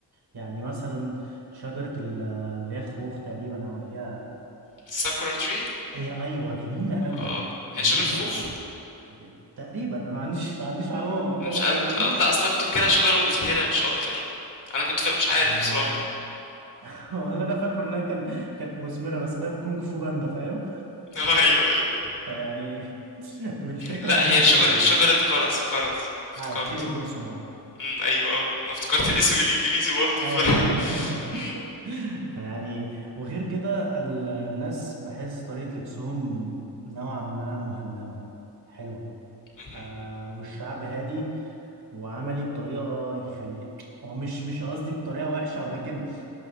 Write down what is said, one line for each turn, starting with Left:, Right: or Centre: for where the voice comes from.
Right: يعني مثلا شجرة ال- اللي هي الخوخ تقريبا أو اللي هي
Left: ساكورا تري
Right: هي أيوة جميلة قوي
Left: اه
Right: جميلة
Left: هي شجره خوخ
Right: قوي تقريبا أنا ما عنديش ما عنديش معلومة مؤكدة
Left: انا مش انا
Right: ولكن
Left: كنت... آه، لا اصلا كنت فاكرها شجره مزهره مش اكتر انا كنت فا... مش عارف
Right: أم،
Left: بصراحه
Right: <laughs> ولا أنا فاكره إنها كان كانت مثمرة بس ده من كونج فو باندا فاهم
Left: <laughs> ايوه ايوه
Right: فيعني <laughs> بالفكرة
Left: لا
Right: مش
Left: هي
Right: أكيدة
Left: شجرة
Right: يعني
Left: شجرة كرز كرز افتكرت
Right: اه تشيري بلوسوم اه
Left: امم ايوه اه انا افتكرت الاسم بالانجليزي برضه
Right: ايوه
Left: ف <laughs>
Right: ايوه
Left: امم
Right: <laughs> فيعني وغير كده ال- الناس بحس طريقة لبسهم نوعا ما مهندمة حلوة
Left: مهم.
Right: آه والشعب هادي وعملي بطريقة يخلي هو مش مش قصدي بطريقة وحشة ولكن